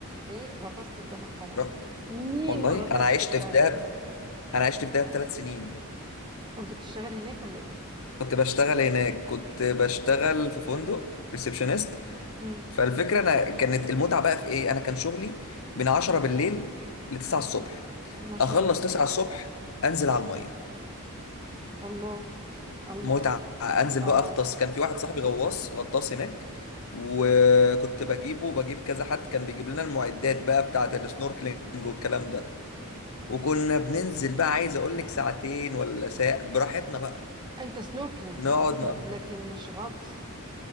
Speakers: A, on the right (about 20°); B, on the left (about 65°).
A: ايه غطست في دهب طبعا
B: رحت
A: مين
B: والله
A: ما غطسش
B: انا عشت
A: في
B: في
A: دهب
B: دهب انا عشت في دهب ثلاث سنين
A: كنت بتشتغل هناك ولا ايه
B: كنت بشتغل هناك كنت بشتغل في فندق ريسبشنست
A: امم
B: فالفكرة أنا كانت المتعة بقى في إيه أنا كان شغلي من 10 بالليل ل 9 الصبح
A: ما شاء
B: أخلص
A: الله
B: 9 الصبح أنزل على المية
A: الله الله
B: متعة أنزل
A: اه
B: بقى أغطس كان في واحد صاحبي غواص غطاس هناك وكنت بجيبه وبجيب كذا حد كان بيجيب لنا المعدات بقى بتاعة السنوركلينج والكلام ده وكنا بننزل بقى عايز أقول لك ساعتين ولا ساعة براحتنا بقى
A: انت سنوركلينج
B: نقعد
A: ساعتين
B: نقضي
A: لكن مش غطس